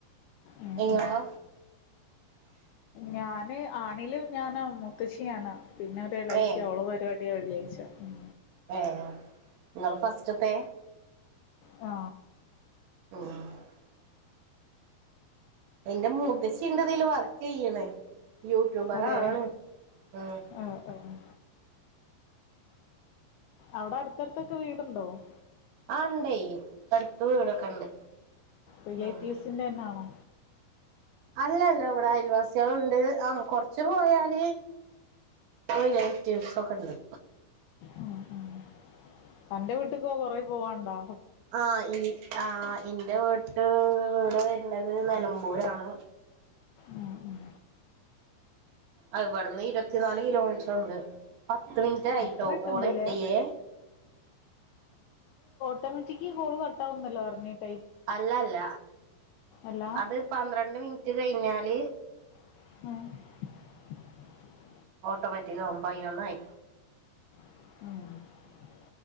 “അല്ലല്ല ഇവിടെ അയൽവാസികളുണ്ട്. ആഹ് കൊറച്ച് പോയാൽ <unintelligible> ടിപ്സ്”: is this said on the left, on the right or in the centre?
Right